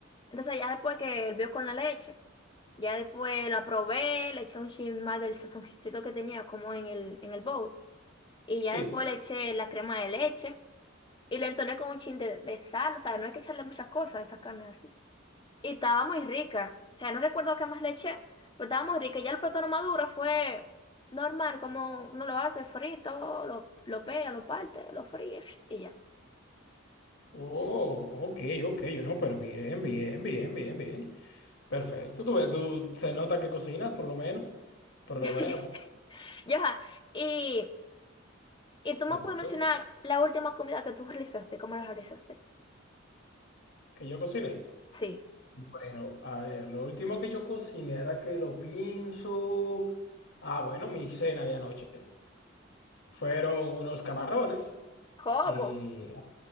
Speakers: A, on the left; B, on the left.
A: Entonces ya después que hervió con la leche, ya después la probé, le eché un chin más del sazoncito que tenía como en el, en el bowl. Y ya
B: Sí.
A: después le eché la crema de leche y le entoné con un chin de, de sal. O sea, no hay que echarle muchas cosas a esa carne así. Y estaba muy rica. O sea, no recuerdo qué más le eché, pero estaba muy rica. Ya el plátano maduro fue normal, como uno lo hace frito, lo, lo pega, lo parte, lo fríe y ya.
B: Oh, ok, ok. Yo no, pero bien, bien, bien, bien, bien. Perfecto. Tú, ves, tú se nota que cocinas, por lo menos. Por lo
A: <laughs>
B: menos, por-
A: Ya, y... ¿Y tú
B: te
A: me
B: escucho.
A: puedes mencionar la última comida que tú realizaste? ¿Cómo la realizaste?
B: Que yo cociné.
A: Sí.
B: Bueno, a ver, lo último que yo cociné ahora que lo pienso. Ah, bueno, mi cena de anoche. Fueron unos camarones.
A: ¿Cómo?
B: eh,